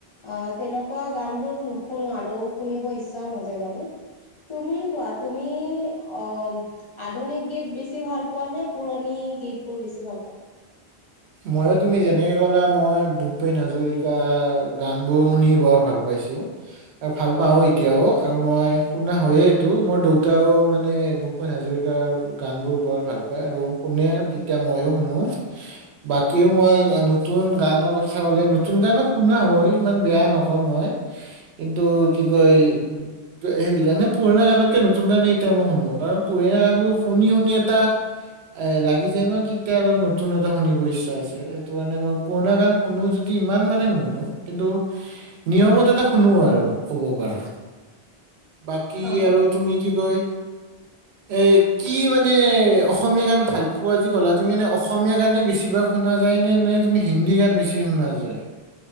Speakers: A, on the left; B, on the right.
A: আ তেনেকুৱা গান বোৰ নুশুনো আৰু শুনিব ইচ্ছাও নাযায় বাৰু। তুমি কোৱা তুমি অ আধুনিক গীত বেছি ভাল পোৱা নে, পুৰণি গীত বোৰ বেছি ভাল পোৱা?
B: ময়ো তুমি যেনেকে ক'লা মই ভূপেন হাজৰিকা গান বোৰ শুনি বৰ ভাল পা পাইছো। আৰু ভাল পাও, এতিয়াও আৰু মই শুনা হয়য়ে এইটো মোৰ দেউতাও মানে ভূপেন হাজৰিকাৰ গান বোৰ বৰ ভাল পায়, আৰু শুনে তেতিয়া ময়ো শুনো। বাকিও মই নতুন গানৰ কথা কলে, নতুন গানো শুনা হয় ইমান বেয়া নকওঁ মই। কিন্তু কি কয় মানে পুৰণা গানতকে নতুন গানেই এতিয়া মই শুনো, কাৰণ পুৰণা গান বোৰ শুনি শুনি এটা এ লাগি যায় ন, <unintelligible> আৰু নতুন এটা শুনিব ইচ্ছা আছে, সেইটো কাৰণে মই পুৰণা গান শুনো যদি ইমান মানে নুশুনো। কিন্তু নিয়মত এটা শুনো আৰু কব পাৰা। বাকী
A: অ
B: আৰু তুমি কি কয়,
A: <unintelligible>
B: এ কি মানে অসমীয়া গান ভাল পোৱা যে ক'লা তুমি মানে অসমীয়া গানে বেছিভাগ শুনা যায় নে, নে তুমি হিন্দী গান বেছি শুনা যায়?